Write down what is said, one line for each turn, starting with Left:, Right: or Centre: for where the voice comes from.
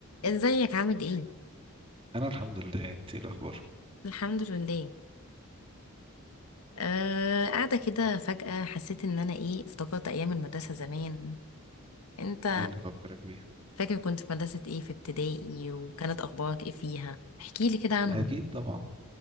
Left: ازيك عامل ايه
Right: انا الحمد لله انت إيه الاخبار
Left: الحمد لله آه قاعده كده فجأة حسيت ان انا ايه افتكرت ايام المدرسه زمان انت
Right: ايه اللي فكرك بيه
Left: فاكر كنت في مدرسه ايه في ابتدائي وكانت اخبارك ايه فيها احكي لي كده عنها
Right: اكيد طبعا